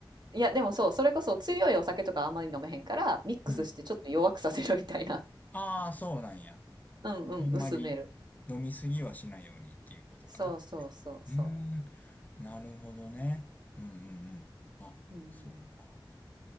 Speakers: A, on the right (about 60°); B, on the left (about 20°).
A: いや、でもそう、それこそ強いお酒とかあんまり飲めへんから、ミックスしてちょっと弱くさせるみたいな。
B: うん。
A: <laughs>
B: ああ、そうなんや。
A: うんうん、
B: あんまり飲みすぎはしないようにっていうことかな。
A: 薄める。そうそうそうそ
B: うーん。なるほどね。うんうんうん。あ、
A: う。うん、
B: そうか。